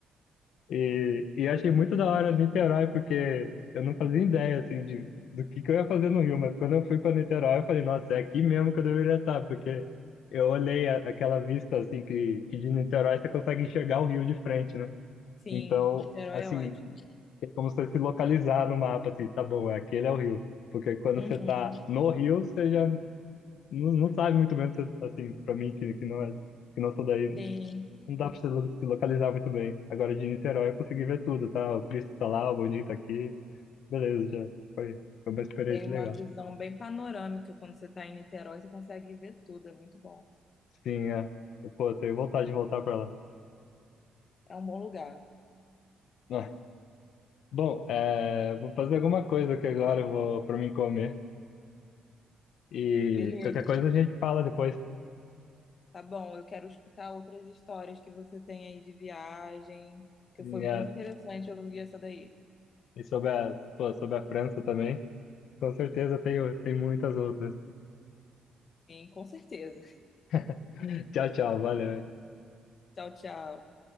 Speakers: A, on the left; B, on the left.
A: E, e achei muito da hora Niterói, porque eu não fazia ideia, assim, de, do que, que eu ia fazer no Rio, mas quando eu fui para Niterói, eu falei, nossa, é aqui mesmo que eu deveria estar, porque eu olhei a, aquela vista, assim, que, que de Niterói você consegue enxergar o Rio de frente, né?
B: Sim,
A: Então,
B: Niterói
A: assim,
B: é ótimo.
A: tem como você se localizar no mapa, assim, tá bom, é, aquele é o Rio. Porque quando
B: Uhum.
A: você tá no Rio, você já não, não sabe muito bem, se- assim, para mim, que, que não é, que não sou daí,
B: Sim.
A: não dá pra se lo- se localizar muito bem. Agora de Niterói eu consegui ver tudo, tá? O Cristo tá lá, o Boninho tá aqui. Beleza, já. Foi, foi uma experiência
B: Tem uma
A: legal.
B: visão bem panorâmica quando você está em Niterói, você consegue ver tudo, é muito bom.
A: Sim, é. Pô, eu tenho vontade de voltar pra lá.
B: É um bom lugar.
A: Ah, Bom, é, vou fazer alguma coisa aqui agora, eu vou pra mim comer. E
B: Beleza.
A: qualquer coisa a gente fala depois.
B: Tá bom, eu quero escutar outras histórias que você tem aí de viagem, que
A: Sim,
B: foi muito
A: é.
B: interessante ouvir essa daí.
A: E sobre a, pô, sobre a França também. Com certeza tem, tem muitas outras.
B: Sim, com certeza. <laughs>
A: <laughs> Tchau, tchau. Valeu.
B: Tchau, tchau.